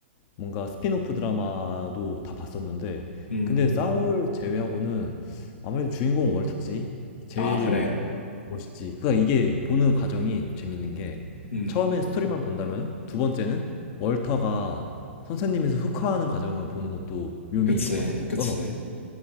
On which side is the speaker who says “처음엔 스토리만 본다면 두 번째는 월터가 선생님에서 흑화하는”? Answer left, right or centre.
Left